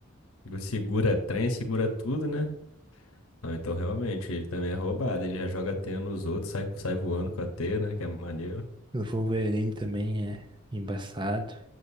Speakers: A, on the left; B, on the right.
A: Ele Segura trem, segura tudo, né? Ah, então realmente, ele também é roubado. Ele já joga teia nos outros, sai, sai voando com a teia, né? Que é maneiro.
B: O Wolverine também é embaçado.